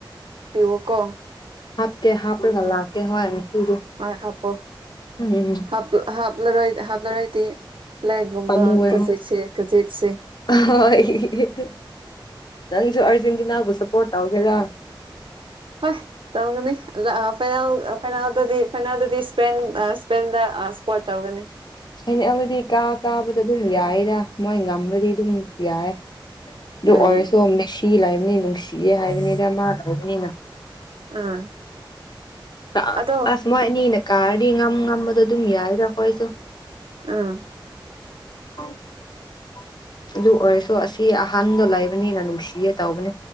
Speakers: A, on the right (about 80°); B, on the left (about 55°).
A: ꯄꯤꯋꫭꯀꯣ
B: ꯍꯥꯞꯀꯦ ꯍꯥꯞꯔꯒ ꯂꯥꯛꯀꯦ ꯍꯣꯏ ꯉꯁꯤꯗꯤ
A: ꯍꯣꯏ ꯍꯥꯞꯄꯣ
B: ꯎꯝ ꯎꯝ
A: ꯍꯥꯞ ꯍꯥꯞꯂꯔꯣꯏ ꯍꯥꯞꯂꯔꯣꯏꯗꯤ ꯐ꯭ꯂꯦꯛꯒꯨꯝꯕ
B: ꯑꯃꯨꯕ
A: ꯒꯖꯦꯠꯁꯦ
B: ꯍꯣꯏ
A: ꯒꯖꯦꯠꯁꯦ
B: ꯑꯥ ꯍꯣꯏ ꯍꯣꯏ ꯅꯪꯁꯨ ꯑꯥꯔꯖꯦꯟꯇꯤꯅꯥꯕꯨ ꯁꯄꯣꯔꯠ ꯇꯧꯒꯦꯔꯥ
A: ꯍꯣꯏ ꯇꯧꯒꯅꯤ ꯑꯗ ꯐꯥꯏꯅꯥꯜ ꯑ ꯐꯥꯏꯅꯥꯜ ꯑꯗꯨꯗꯤ ꯐꯥꯏꯅꯥꯜꯗꯗꯤ ꯏꯁ꯭ꯄꯦꯟ ꯑ ꯏꯁ꯭ꯄꯦꯟꯗ ꯑ ꯁꯄꯣꯔꯠ ꯇꯧꯒꯅꯤ
B: ꯏꯁ ꯐꯥꯏꯅꯦꯜꯗꯗꯤ ꯀꯥ ꯀꯥꯕꯗ ꯑꯗꯨꯝ ꯌꯥꯏꯗ ꯃꯣꯏ ꯉꯝꯒ꯭ꯔꯥꯗꯤ ꯑꯗꯨꯝ ꯌꯥꯏ ꯑꯗꯨ
A: ꯎꯝ
B: ꯑꯣꯏꯔꯁꯨ ꯃꯦꯁꯤ ꯂꯩꯕꯅꯤ ꯅꯨꯡꯁꯤꯌꯦ ꯍꯥꯏꯕꯅꯤꯗ ꯃꯥ ꯂꯩꯕꯅꯤꯅ
A: ꯑꯥ
B: ꯑꯥ
A: ꯑꯗꯣ
B: ꯑꯁ ꯃꯣꯏ ꯑꯅꯤꯅ ꯀꯥꯔꯗꯤ ꯉꯝ ꯉꯝꯕꯗꯣ ꯑꯗꯨꯝ ꯌꯥꯔꯦꯗ ꯑꯩꯈꯣꯏꯁꯨ
A: ꯑꯥ
B: <inaudible> ꯑꯗꯨ ꯑꯣꯏꯔꯁꯨ ꯑꯁꯤ ꯑꯍꯥꯟꯗꯣ ꯂꯩꯕꯅꯤꯅ ꯅꯨꯡꯁꯤꯌꯦ ꯇꯧꯕꯅꯦ